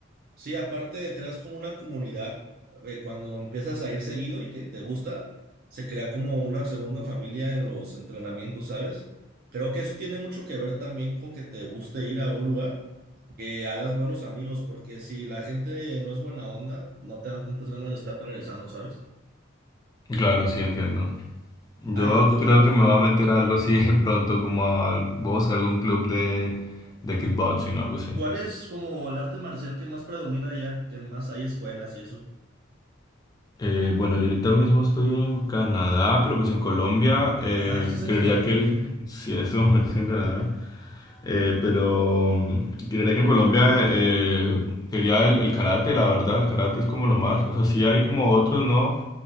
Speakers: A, on the right; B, on the left.
A: Sí, aparte creas como una comunidad, eh, cuando empiezas a ir seguido y que te gusta, se crea como una segunda familia en los entrenamientos, ¿sabes? Creo que eso tiene mucho que ver también con que te guste ir a un lugar, que hagas buenos amigos, porque si la gente no es buena onda, no te dan tantas ganas de estar regresando, ¿sabes?
B: Claro, sí, entiendo. Yo
A: Hay otro,
B: creo que me va a meter a algo así <laughs> pronto, como a, voy a buscar algún club de, de kickboxing o algo así.
A: ¿cuál es como el arte marcial que más predomina allá? ¿Qué más hay escuelas y eso?
B: Eh, bueno, yo ahorita mismo estoy en Canadá, pero pues en Colombia, eh,
A: Ah, estás en
B: creería
A: Canadá,
B: que el-
A: ok.
B: sí, en este momento estoy en Canadá. Eh, pero mm, creería que en Colombia eh, sería el, el karate, la verdad, el karate es como lo más, o sea, sí hay como otros, ¿no?